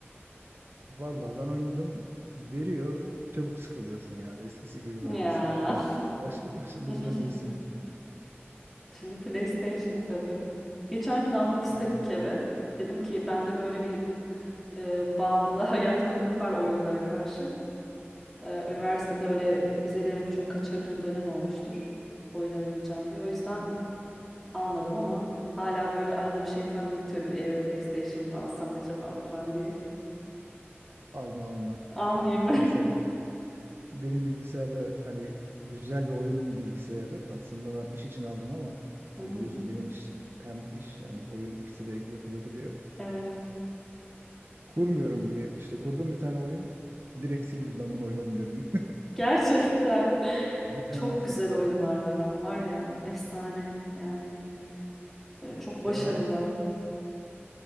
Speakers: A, on the right; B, in the centre.
A: Vallahi ben oynadım. Veriyor. Çabuk sıkılıyorsun ya. Eskisi gibi
B: Ya.
A: böyle saatlerce baş, başında
B: <laughs>
A: duramıyorsun.
B: Şimdi PlayStation tabii. Geçen gün almak istedik
A: Yani
B: eve. Dedim ki bende böyle bir e, bağımlılığa <laughs> yatkınlık var oyunlara karşı. E, üniversitede öyle vizelerimi çok kaçırdığım dönem olmuştur. Oyun oynayacağım diye. O yüzden almadım ama hala böyle arada bir şeytan dürtüyor bir eve PlayStation mı alsam acaba falan diye.
A: alma alma
B: Almayayım
A: alma.
B: <laughs>
A: Mesela benim bilgisayarda hani güzel bir oyun bilgisayarı. Aslında ben iş için aldım ama
B: Hı
A: hani
B: hı.
A: biliyorsun benim iş hem iş hem oyun ikisi de yapılabiliyor.
B: Evet.
A: Kurmuyorum bir işte kurdum bir tane oyun. Direkt sildim ben bunu oynarım dedim.
B: Gerçekten <laughs>
A: <laughs>
B: çok
A: Evet.
B: güzel oyunlar var ama var ya efsane yani e, çok başarılı.
A: Şey vardı.